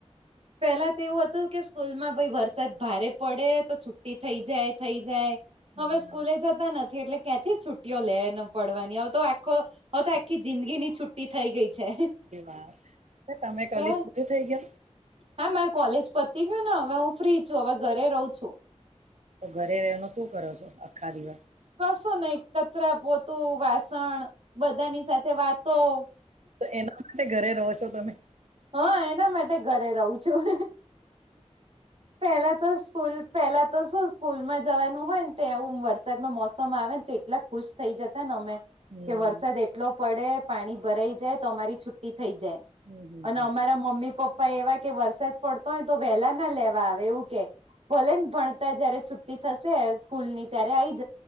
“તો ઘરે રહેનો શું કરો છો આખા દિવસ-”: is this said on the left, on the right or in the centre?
Right